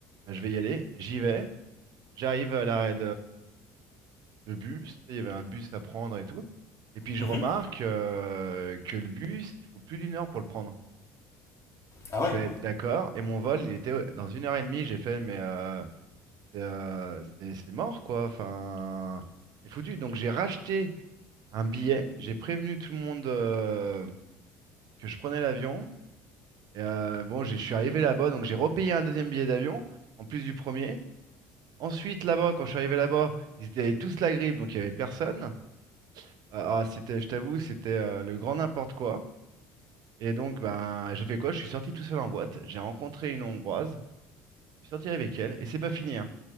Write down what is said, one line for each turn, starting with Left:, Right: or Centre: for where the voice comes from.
Right: bah, je vais y aller, j'y vais, j'arrive à l'arrêt le bus, tu sais, il y avait un bus à prendre et tout. Et puis je
Left: mhm.
Right: remarque euh, que le bus, il faut plus d'une heure pour le prendre.
Left: Ah ouais,
Right: Je fais d'accord, et mon vol, il était euh, dans une heure et demie. J'ai fait, mais euh, euh, c'est c'est mort quoi, enfin, c'est foutu. Donc j'ai racheté un billet, j'ai prévenu tout le monde euh, que je prenais l'avion. Et, euh, bon, j'ai- je suis arrivé là-bas, donc j'ai repayé un deuxième billet d'avion, en plus du premier. Ensuite, là-bas, quand je suis arrivé là-bas, ils étaient tous la grippe, donc il n'y avait personne. Ah, ah, c'était, je t'avoue, c'était euh, le grand n'importe quoi. Et donc, ben, j'ai fait quoi? Je suis sorti tout seul en boîte. J'ai rencontré une Hongroise. Je suis sorti avec elle. Et c'est pas fini, hein.